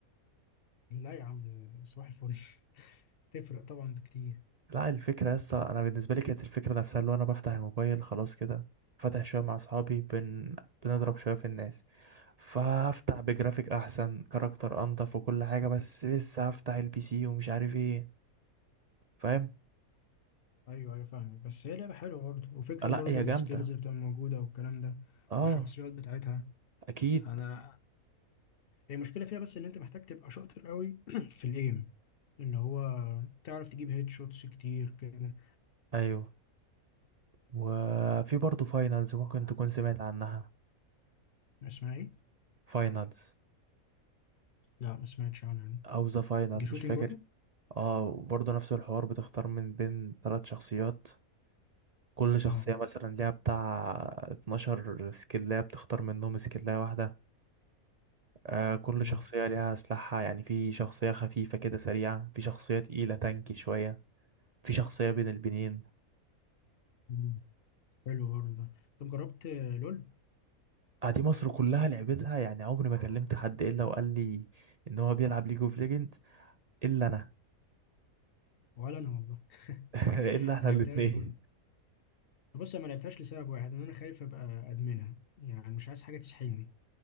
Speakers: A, on the left (about 60°); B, on the right (about 65°).
A: لا يا عم صباح الفل <laughs> تفرق طبعا بكتير
B: لا الفكرة يسطا انا بالنسبة لي كانت الفكرة نفسها اللي هو انا بفتح الموبايل خلاص كده فاتح شوية مع اصحابي بن... بنضرب شوية في الناس فهفتح بجرافيك احسن كاركتر انضف وكل حاجة بس لسه هفتح البي سي ومش عارف ايه فاهم
A: ايوه ايوه فاهمك بس هي لعبه حلوه برضه وفكره
B: آه، لا
A: برضه
B: هي
A: السكيلز
B: جامدة
A: اللي بتبقى موجوده والكلام ده
B: اه
A: والشخصيات بتاعتها
B: اكيد
A: انا هي المشكله فيها بس ان انت محتاج تبقى شاطر قوي <clears throat> في الايم اللي هو تعرف تجيب هيد شوتس كتير كده
B: ايوه وفي برضه فاينلز ممكن تكون سمعت عنها
A: اسمها ايه
B: فاينلز
A: لا ما سمعتش عنها دي
B: او ذا فاينل
A: دي شوتنج
B: مش فاكر
A: برضه
B: اه وبرضه نفس الحوار بتختار من بين ثلاث شخصيات كل شخصية
A: اه
B: مثلا ليها بتاع 12 سكلاية بتختار منهم سكلاية واحدة آه كل
A: اه
B: شخصية ليها سلاحها يعني في شخصية خفيفة كده سريعة في شخصية تقيلة تانكي شوية في شخصية بين البنين
A: مم. حلو برضه ده طب جربت لول
B: آه، دي مصر كلها لعبتها يعني عمري ما كلمت حد الا وقال لي ان هو بيلعب ليج اوف ليجند الا انا
A: ولا انا والله
B: <laughs> الا
A: <laughs>
B: احنا
A: ما لعبتهاش
B: الاثنين
A: برضه بص انا ما لعبتهاش لسبب واحد ان انا خايف ابقى ادمنها يعني مش عايز حاجه تسحلني